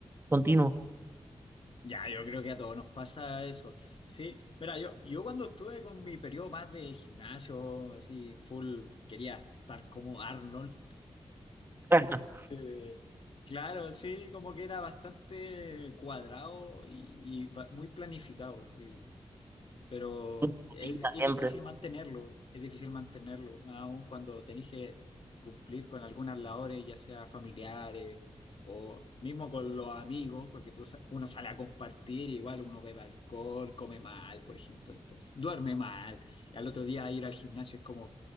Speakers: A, on the right; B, on the left.
A: continuo.
B: Ya, yo creo que a todos nos pasa eso. Sí, mira, yo, yo cuando estuve con mi periodo más de gimnasio, así, full, quería estar como Arnold.
A: <laughs>
B: eh, claro, sí, como que era bastante cuadrado y, y ba- muy planificado. sí pero
A: Rutina
B: es, es
A: Siempre.
B: difícil mantenerlo, es difícil mantenerlo, más aún cuando tenés que cumplir con algunas labores, ya sea familiares o mismo con los amigos, porque tú, sa- uno sale a compartir, igual uno bebe alcohol, come mal, por ejemplo, entonces, duerme mal, y al otro día ir al gimnasio es como,